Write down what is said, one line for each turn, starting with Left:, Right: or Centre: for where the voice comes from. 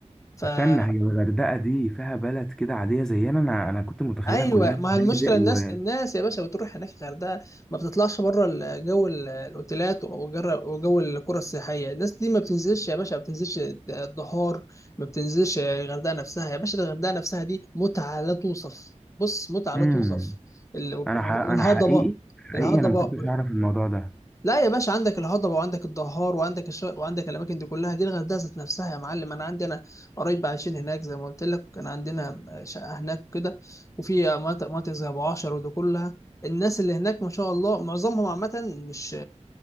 Left: فا
Centre: استنى هي الغردقه دي فيها بلد كده عاديه زينا انا انا كنت متخيلها
Left: أيوه
Centre: كلها فنادق
Left: ما هي المشكلة
Centre: و
Left: الناس الناس يا باشا بتروح هناك الغردقة ما بتطلعش بره ال- جو ال- الأوتيلات وجر- وجو القرى السياحية الناس دي ما بتنزلش يا باشا ما بتنزلش الدهار ما بتنزلش الغردقة نفسها يا باشا الغردقة نفسها دي متعة لا توصف بص متعة
Centre: امم
Left: لا توصف ال-
Centre: انا
Left: والهضبة
Centre: ح... انا حقيقي حقيقي
Left: الهضبة
Centre: انا ما كنتش اعرف الموضوع ده
Left: لا يا باشا عندك الهضبة وعندك الدهار وعندك الش... وعندك الأماكن دي كلها دي الغردقة ذات نفسها يا معلم أنا عندي أنا قرايب عايشين هناك زي ما قلت لك كان عندنا شقة هناك كده وفي مناطق مناطق زي أبو عشر ودي كلها الناس اللي هناك ما شاء الله معظمهم عامة مش